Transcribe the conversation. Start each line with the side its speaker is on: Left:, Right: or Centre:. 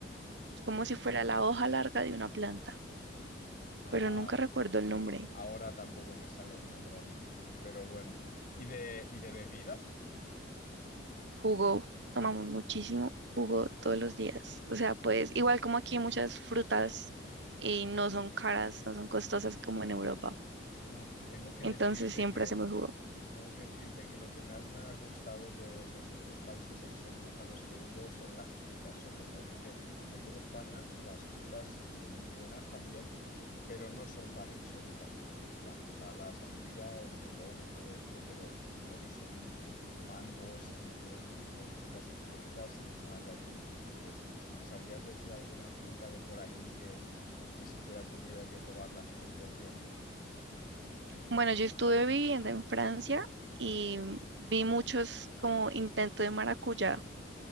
Right: Es como
Left: Ah,
Right: si fuera
Left: bien.
Right: la hoja larga de una planta,
Left: Ah,
Right: pero nunca recuerdo el nombre.
Left: Ahora tampoco me sale el nombre a mí, pero bueno. ¿Y de, y de bebidas?
Right: Jugo, tomamos muchísimo jugo todos los días. O sea, pues igual como aquí muchas frutas y no son caras, no son costosas como en Europa.
Left: Uf, tengo que
Right: Entonces
Left: decirte
Right: siempre
Left: que
Right: hacemos jugo.
Left: Tengo que decirte que lo que más me ha gustado de todos estos países exóticos a los que he ido son las frutas, sobre todo, porque aquí en España las frutas son muy buenas también, pero no son tan exóticas. En plan, está la sandía, el melón y todo esto, pero lo que son mangos y todo este tipo de frutas exóticas no hay aquí. Entonces, ¿me sabrías decir alguna fruta de por allí que, que si fuera tuviera que probarla 100%?
Right: Bueno, yo estuve viviendo en Francia y vi muchos como intentos de maracuyá,